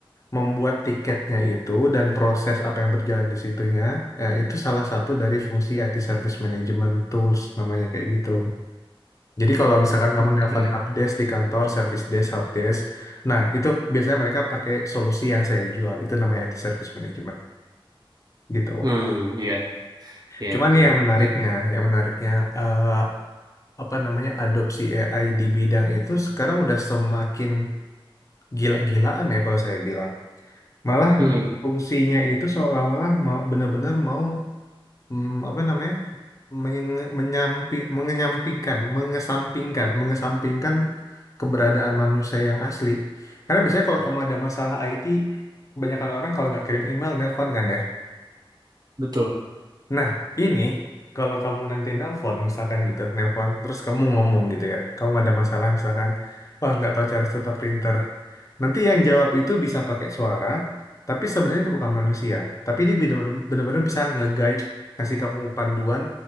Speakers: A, on the left; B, on the right.
A: membuat tiketnya itu dan proses apa yang berjalan di situnya, ya itu salah satu dari fungsi IT Service Management Tools namanya kayak gitu. Jadi kalau misalkan kamu
B: Oke.
A: nelpon helpdesk di kantor, service desk, helpdesk, nah itu biasanya mereka pakai solusi yang saya jual, itu namanya IT Service Management gitu.
B: Hmm, ya, ya,
A: Cuman
B: ya.
A: nih yang menariknya,
B: I-
A: yang menariknya eh, apa namanya adopsi AI di bidang itu sekarang udah semakin gila-gilaan ya kalau saya bilang. Malah
B: Hmm,
A: fungsinya itu seolah-olah mau benar-benar mau mm, apa namanya menge- menyampi- mengenyampingkan mengesampingkan mengesampingkan keberadaan manusia yang asli karena biasanya kalau kamu ada masalah IT kebanyakan orang kalau nggak kirim email nelpon kan ya
B: betul.
A: nah ini kalau kamu nanti nelpon misalkan gitu nelpon terus kamu ngomong gitu ya kamu ada masalah misalkan wah nggak tahu cara setup printer Nanti yang jawab itu bisa pakai suara, tapi sebenarnya itu bukan manusia. Tapi dia bener- bener-bener bisa nge-guide, kasih kamu panduan